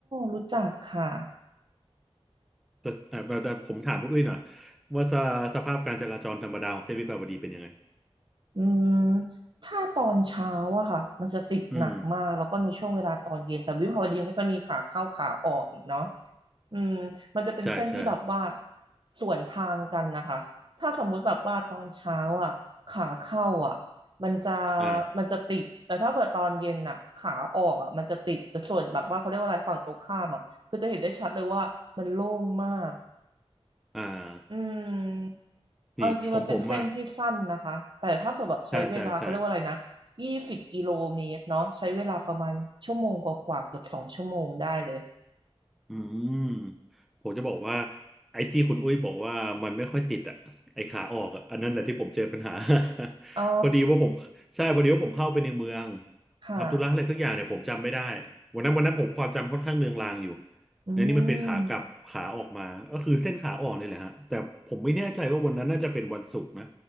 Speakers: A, on the right; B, in the centre.
A: รู้จักค่ะ
B: แต่แต่แต่แต่ผมถามคุณดุ้วยหน่อยว่าสสภาพการจราจรธรรมดาของเส้นวิภาวดีเป็นยังไง
A: อืมถ้าตอนเช้าอะค่ะ มันจะติดหนักมาก
B: อืม
A: แล้วก็ในช่วงเวลาตอนเย็นแต่วิภาวดีมันก็จะมีขาเข้าขาออกอีกเนาะ อืมมันจะเป็นเส้นที่แบบว่า
B: ใช่ใช่
A: สวนทางกันนะคะถ้าสมมุติแบบว่าตอนเช้าอ่ะขาเข้าอ่ะมันจะ
B: อ่า
A: มันจะติดแต่ถ้าเกิดตอนเย็นอ่ะขาออกอ่ะมันจะติดแต่ส่วนแบบว่าเขาเรียกว่าอะไรฝั่งตรงข้ามอ่ะคือจะเห็นได้ชัดเลยว่ามันโล่งมาก
B: อ่า
A: อืมเอาจริงๆมันเป็นเส้นที่สั้นนะคะแต่ถ้าเกิดแบบใช้เวลาเขาเรียกว่าอะไรนะยี่สิบกิโลเมตรเนาะใช้เวลาประมาณชั่วโมงกว่าๆเกือบสองชั่วโมงได้เลย
B: นี่ของผมอ่ะใช่ใช่ใช่ อืมผมจะบอกว่าไอ้ที่คุณอุ้ยบอกว่ามันไม่ค่อยติดอ่ะไอ้ขาออกอ่ะอันนั้นแหละที่ผมเจอปัญหา
A: อ๋อ
B: <laughs> พอดีว่าผมใช่พอดีว่าผมเข้าไปในเมือง
A: ค่ะ
B: ทำธุระอะไรสักอย่างเนี่ยผมจำไม่ได้วันนั้นวันนั้นผมความจำค่อนข้างเลือนลางอยู่
A: อื
B: เนี่ยนี่มันเป็นขากลับขาออกมาก็คือเส้นขาออกนี่แหละฮะแต่ผมไม่แน่ใจว่าวันนั้นน่าจะเป็นวันศุกร์นะ
A: ม